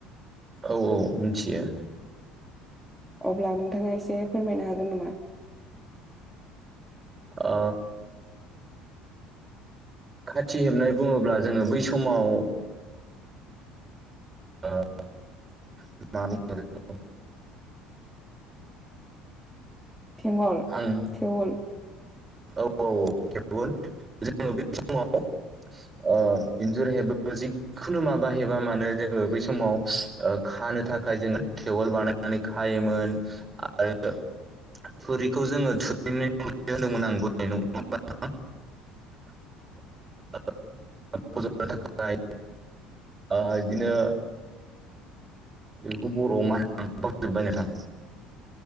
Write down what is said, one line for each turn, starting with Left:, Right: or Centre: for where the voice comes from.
Right: औ औ मिथियो
Centre: अब्ला नोंथाङा एसे फोरमायनो हागोन नामा
Right: ओ खाथि हेबनाय बुङोब्ला जोङो बै समाव ओ <unintelligible>
Centre: थेंगल
Right: आं
Centre: थेवल
Right: औ औ औ थिग जोङो बे समाव आ इन्जुर हेबोबा खुनु माबाहेबा मानो जोङो बै समाव खानो थाखाय जोङो टेवल बानाय नानै खायोमोन आरो थुरिखौ जोङो थुरिनि होनदोंमोन आं <unintelligible> <unintelligible> थाखाय बिदिनो बेखौ बर'आव मा जोबबाय नोंथां